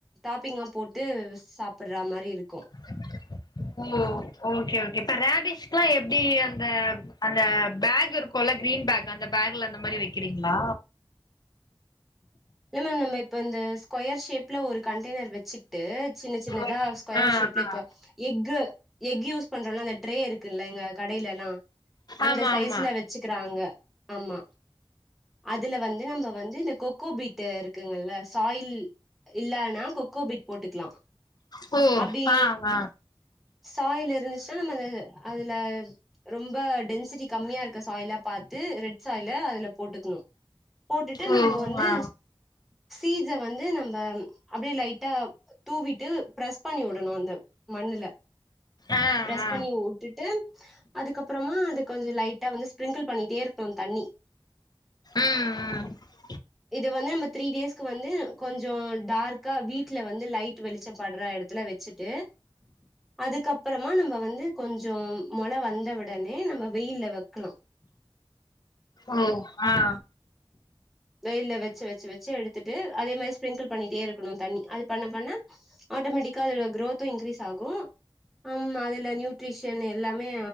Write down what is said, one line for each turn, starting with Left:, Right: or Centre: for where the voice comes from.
Centre: டாப்பிங்கா போட்டு சாப்பர்றா மாரி இருக்கு
Left: <inaudible> ஓ ஓகே ஓகே இப்ப ரேடிஷ்க்லா எப்டி அந்த அந்த பேக் இரு க்குல்ல கிரீன் பேக் அந்த பேக்ல அந்த மாரி வெக்கிறீங்ளா
Centre: இல்ல நம்ம இப்ப இந்த ஸ்கொயர் ஷேப்ல ஒரு கண்டெய்னர் வெச்சு ட்டு சின்ன சின்னதா
Left: ஓகே.
Centre: ஸ்கொயர்
Left: ஆ
Centre: ஷேப்ல
Left: ஆ.
Centre: இப்ப எக்கு எக் யூஸ் பண்றோல்ல அந்த ட்ரே இருக்குல்லங்க கடைல எல்லா அந்த
Left: ஆமா
Centre: சைஸ்ல
Left: ஆமா.
Centre: வெ சுக்கிறாங்க ஆமா அதுல வந்து நம்ப வந்து இந்த கொ க்கோபீட் இருக்குங்கல்ல சாயில் இல்லனா கொக்கோபீட் போட்டுக்கலா
Left: ம்
Centre: அப்டி
Left: ஆ ஆ
Centre: சாயில் இருந்துச்சுன்னா நம்ம அதுல ரொம்ப டென்சிட்டி கம்மியா இருக்க சாயிலா பாத்து ரெட் சாயில அதுல போட்டுக்கணு போட்டுட்டு நம்ப
Left: ம்
Centre: வந்து
Left: ஆ
Centre: சீஜ வந்து நம்ம அப்டியே லைட்டா தூவிட்டு பிரஸ் பண்ணி விடணு அந்த மண்ணுல
Left: ஆ
Centre: பிரஸ்
Left: ஆ
Centre: பண்ணி வுட்டு ட்டு அதுக்கப்பறமா அது கொஞ்சோ லைட்டா வந்து ஸ்பிரிங்கிள் பண்ணிட்டே இருக்கணு தண்ணி
Left: ம் ம்
Centre: இத வந்து நம்ம த்ரீ டேஸ்க்கு வந்து கொஞ்சோ டார்க்கா வீட்ல வந்து லைட் வெளிச்சம்படற எடத்துல வெச்சுட்டு அதுக்கப்பறமா நம்ப வந்து கொஞ்சம் மொள வந்தவுடனே நம்ம வெயில்ல வெக்கணு
Left: ம் ஆ
Centre: வெயில்ல வெச்சு வெச்சு வெச்சு எடுத்துட்டு அதே மாரி ஸ்ப்ரிங்கிள் பண்ணிட்டே இருக்கணு தண்ணி அது பண்ண பண்ண ஆட்டோமேட்டிக்கா அதோட குரோத்து இன்க்ரீஸ் ஆகு ஆமா அதுல நியூட்ரிஷன் எல்லாமே